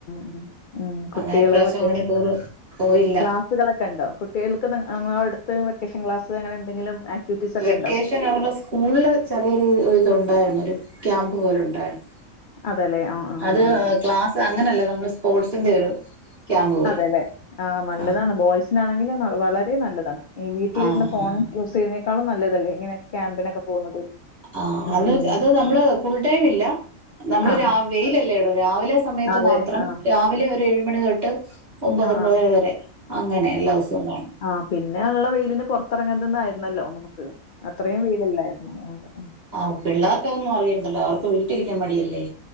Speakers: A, on the left; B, on the right.
A: ഉം ഉം കുട്ടികള്
B: അങ്ങനെ ഇപ്രാവശ്യം
A: വെക്കേഷൻ
B: അങ്ങനെ ടൂറ് പോയില്ല
A: ക്ലാ ക്ലാസ്സ്കളൊക്കെ ഉണ്ടോ കുട്ടികൾക്ക് അടുത്ത് വെക്കേഷൻ ക്ലാസ് അങ്ങനെ എന്തെങ്കിലും ആക്ടിവിറ്റീസ് ഒക്കെ
B: വെക്കേഷൻ
A: ഉണ്ടോ
B: അവര്ടെ സ്കൂളില് ചെറിയൊരു ഇതുണ്ടായിരുന്നു ഒരു ക്യാമ്പ് പോലെ ഉണ്ടായിരുന്നു
A: അതെല്ലേ ആ ആ
B: അത്
A: ആ
B: ക്ലാസ്സ് അങ്ങനല്ല നമ്മള് സ്പോർട്സിന്റെ ഒരു ക്യാമ്പ് പോലെ
A: അതെല്ലെ ആ നല്ലതാണ്
B: ആഹ്
A: ബോയ്സിനാണെങ്കിൽ വളരെ നല്ലതാണ് ഈ വീട്ടിലിരുന്ന
B: ആഹ് ആഹ്
A: ഫോൺ യൂസ് ചെയ്യുന്നേക്കാളും നല്ലതല്ലേ ഇങ്ങനെ ക്യാമ്പിനൊക്കെ പോകുന്നത്
B: ആ
A: ഉം
B: അന്ന് അത് നമ്മള് ഫുൾടൈം ഇല്ല നമ്മള്
A: ആ
B: വെയിലല്ലേ എടോ രാവിലെ സമയത്ത്
A: അതെ
B: മാത്രം
A: ആ
B: രാവിലെ ഏഴ് മണി തൊട്ട് ഒമ്പത്
A: ആ
B: ഒമ്പതര
A: ആ
B: വരെ അങ്ങനെ എല്ലാ ദിവസവും കാണും
A: ആഹ് പിന്നെ ഉള്ള വെയിലിന് പുറത്തിറങ്ങര്ത് എന്നായിരുന്നല്ലോ നമുക്ക് അത്രേം വെയിലല്ലായിരുന്നു അതെ
B: ആ പിള്ളേർക്കതൊന്നും അറിയണ്ടല്ലോ അവർക്ക് വീട്ടിലിരിക്കാൻ മടിയല്ലേ